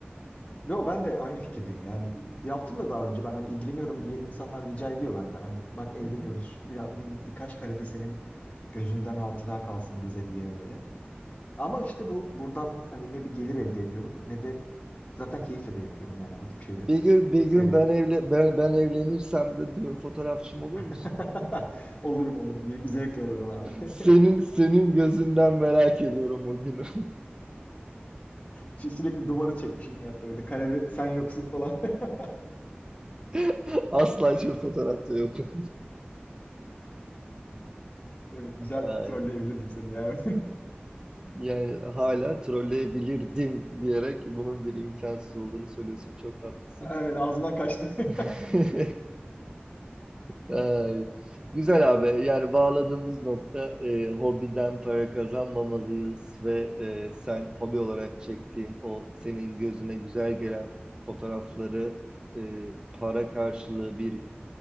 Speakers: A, on the left; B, on the right.
A: Yo ben de aynı fikirdeyim yani yaptım da daha önce ben hani ilgileniyorum diye insanlar rica ediyor benden hani bak evleniyoruz
B: Hı hı.
A: biraz bir, birkaç karede senin gözünden hatıra kalsın bize diye böyle. Ama işte bu buradan hani ne bir gelir elde ediyorum ne de zaten keyifle de yapıyorum yani bu tip şeyleri.
B: Bir gün, bir gün
A: Ee,
B: ben evle ben, ben evlenirsem de düğün fotoğrafçım olur musun?
A: <laughs>
B: <laughs>
A: olurum olurum büyük bir zevkle olurum abi. <laughs>
B: Senin senin gözünden merak ediyorum o günü.
A: Şimdi sürekli duvarı çekmişim hayatta böyle karede sen yoksun falan. <laughs>
B: <laughs> Asla hiçbir fotoğrafta yokum.
A: Evet güzel
B: Ay,
A: trolleyebilirdim seni yani.
B: Yani hala trolleyebilirdim diyerek bunun bir imkansız olduğunu söylüyorsun. Çok tatlısın.
A: <laughs> Evet ağzımdan kaçtı. <laughs>
B: <laughs> Ay, güzel abi. Yani bağladığımız nokta e, hobiden para kazanmamalıyız ve e, sen hobi olarak çektiğin o senin gözüne güzel gelen fotoğrafları e, para karşılığı bir